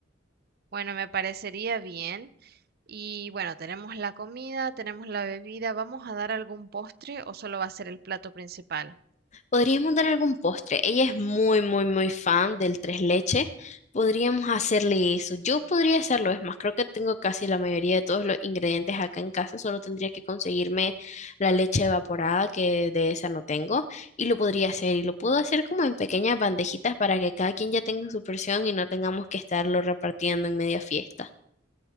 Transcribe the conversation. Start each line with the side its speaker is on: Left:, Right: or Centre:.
Right: Bueno, me parecería bien. Y bueno, tenemos la comida, tenemos la bebida. ¿Vamos a dar algún postre o solo va a ser el plato principal?
Left: Podríamos dar algún postre. Ella es muy, muy, muy fan del tres leche. Podríamos hacerle eso. Yo podría hacerlo. Es más, creo que tengo casi la mayoría de todos los ingredientes acá en casa. Solo tendría que conseguirme la leche evaporada, que de esa no tengo. Y lo podría hacer. Y lo puedo hacer como en pequeñas bandejitas para que cada quien ya tenga su porción y no tengamos que estarlo repartiendo en media fiesta.